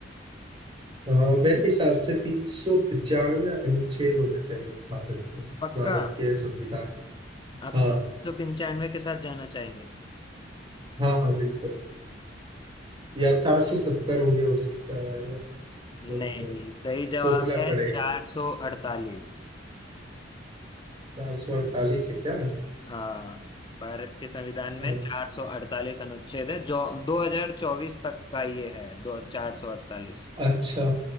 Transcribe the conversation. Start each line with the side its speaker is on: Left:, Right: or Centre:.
Right: अ, मेरे हिसाब से तीन सौ पचानवे अनुच्छेद होना चाहिए भारत में
Left: पक्का
Right: भारत के संविधान में
Left: आप
Right: हाँ
Left: तीन सौ पंचानवे के साथ जाना चाहेंगे
Right: हाँ हाँ बिल्कुल या चार सौ सत्तर भी हो सकता है या तो
Left: नहीं
Right: तो
Left: सही जवाब
Right: सोचना
Left: है
Right: पड़ेगा
Left: 448
Right: चार सौ अड़तालीस है क्या
Left: हाँ भारत के संविधान
Right: अ,
Left: में 448 अनुच्छेद है जो 2024 तक का ये है दो 448
Right: अच्छा